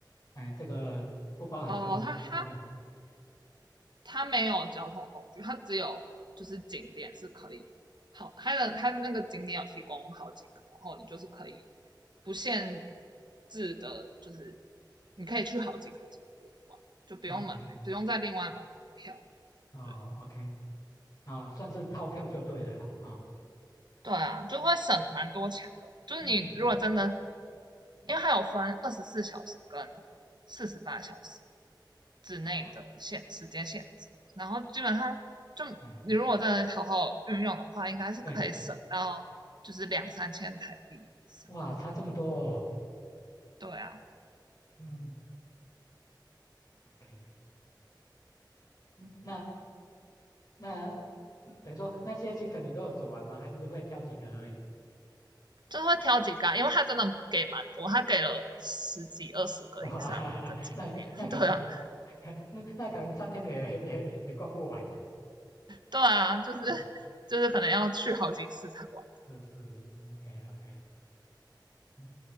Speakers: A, on the left (about 50°); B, on the right (about 65°).
A: 哎这个不包含交通工具在内
B: 哦，它它它没有交通工具，它只有就是景点是可以好，它的它的那个景点有提供好几个，然后你就是可以不限制的，就是你可以去好几个景点玩，就不用门不用再另外买门票。
A: ？OK，哦，OK，
B: 对，
A: 哦，算是套票就对了啦，啊、哦
B: 对啊，就会省蛮多钱的。就是你如果真的，
A: 嗯嗯，
B: 因为它有分二十四小时跟四十八小时之内的限时间限制，
A: 哦，
B: 然后基本上就你如果真的好好运用的话，
A: 哎。
B: 应该是可以省到就是两三千台币以上。
A: 对。哇，差这么多哦。
B: 对啊，
A: 嗯，OK，嗯，那那嗯等于说那些行程你都有走完吗？还是会挑几个而已？
B: 就是会挑几个啊因为它真的给蛮多，它给了十几二十个以上的景点。
A: 哇，<laughs> 那个那可能，
B: <laughs> 对啊，
A: 可那那可能三天也也也逛不完。<laughs>
B: 对啊，就是
A: 嗯，
B: 就是可能要去好几次才玩得
A: 是是，OK OK，嗯，